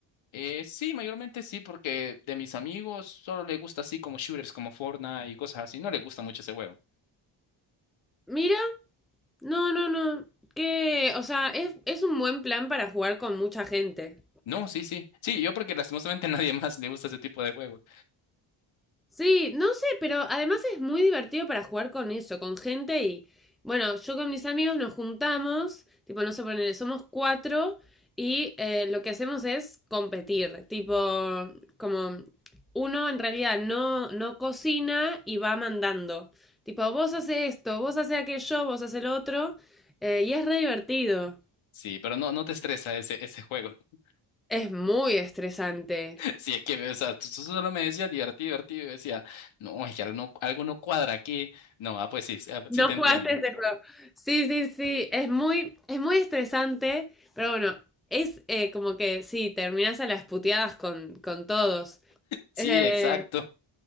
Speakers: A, on the left (about 75°); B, in the centre.
A: Eh, sí, mayormente sí, porque de mis amigos solo le gusta así como shooters, como Fortnite y cosas así, no le gusta mucho ese juego.
B: Mira, no, no, no. Que, o sea, es, es un buen plan para jugar con mucha gente.
A: No, sí, sí. Sí, yo porque lastimosamente <laughs> nadie más le gusta ese tipo de juegos.
B: Sí, no sé, pero además es muy divertido para jugar con eso, con gente y bueno, yo con mis amigos nos juntamos, tipo, no sé, ponele, somos cuatro y eh, lo que hacemos es competir, tipo, como uno en realidad no, no cocina y va mandando, tipo, vos haces esto, vos haces aquello, vos haces el otro eh, y es re divertido,
A: Sí, pero no, no te estresa ese, ese juego. <laughs>
B: es muy estresante.
A: Sí, es que, o sea, tú, tú solo me decías divertido, divertido, y decía, no, es que algo no, algo no cuadra aquí. No, ah, pues sí, sí, ah,
B: No
A: sí te
B: jugaste
A: entiendo.
B: ese juego. Sí, sí, sí. Es muy, es muy estresante, pero bueno, es eh, como que sí, terminás a las puteadas con, con todos.
A: Sí,
B: Eh,
A: exacto.